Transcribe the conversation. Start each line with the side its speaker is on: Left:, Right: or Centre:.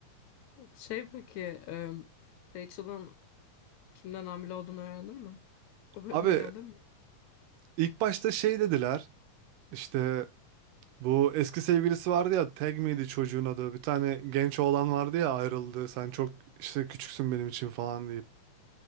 Left: Şey peki e, Rachel'ın kimden hamile olduğunu öğrendin mi? O bölüme
Right: Abi
Left: geldin mi?
Right: ilk başta şey dediler. İşte bu eski sevgilisi vardı ya. Tag miydi çocuğun adı? Bir tane genç oğlan vardı ya ayrıldı. Sen çok işte küçüksün benim için falan deyip.